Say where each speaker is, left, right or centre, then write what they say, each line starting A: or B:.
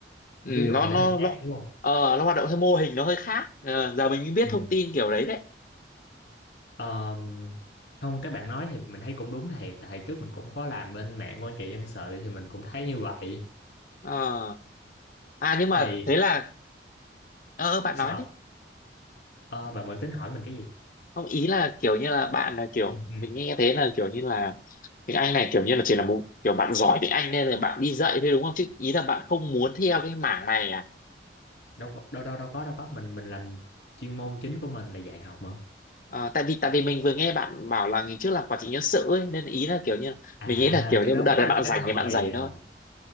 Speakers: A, on the left; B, on the left.
A: ừ,
B: Giáo dục
A: nó
B: thì
A: nó
B: nó hơi khác
A: nó
B: đúng không?
A: ờ, nó hoạt động theo mô hình nó hơi khác Ờ, giờ mình mới biết
B: Ừ.
A: thông tin kiểu đấy đấy
B: Ờm, không các bạn nói thì mình thấy cũng đúng thiệt tại trước mình cũng có làm bên mạng quan trị dân sự thì mình cũng thấy như vậy
A: Ờ. à nhưng
B: thì
A: mà thế là ờ ờ, bạn
B: sao
A: nói đấy
B: Ờ, bạn bạn tính hỏi mình cái gì
A: không ý là kiểu như là bạn là kiểu
B: Ừ, ừ.
A: mình nghe thế là kiểu như là tiếng Anh này kiểu như là chỉ là một kiểu bạn giỏi tiếng Anh nên là bạn đi dạy thôi đúng không chứ ý là bạn không muốn theo cái mảng này à
B: đâu có- đâu đâu đâu có đâu có mình mình làm chuyên môn chính của mình là dạy học mà
A: Ờ, tại vì tại vì mình vừa nghe bạn bảo là ngày trước làm quản trị nhân sự ấy, nên ý là kiểu như
B: à
A: mình nghĩ là kiểu
B: cái
A: như
B: đó
A: đợt này
B: đó là
A: bạn
B: cái
A: rảnh
B: thời
A: thì bạn rảnh
B: ờ,
A: thôi